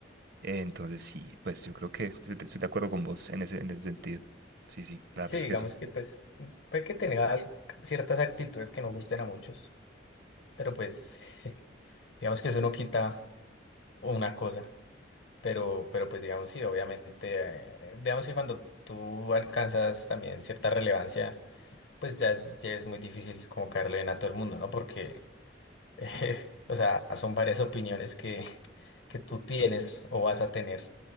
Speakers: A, on the right; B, on the left.
A: Eh, entonces sí, pues yo creo que estoy de estoy de acuerdo con vos en ese, en ese sentido. Sí, sí, la verdad
B: Sí,
A: es
B: digamos
A: que sí.
B: que pues puede que tenga al- ciertas actitudes que no gusten a muchos, pero pues... <laughs> Digamos que eso no quita una cosa, pero, pero pues digamos sí, obviamente, eh, digamos que cuando tú alcanzas también cierta relevancia, pues ya es, ya es muy difícil como caerle bien a todo el mundo, ¿no? Porque, eh, <laughs> o sea, son varias opiniones que, que tú tienes o vas a tener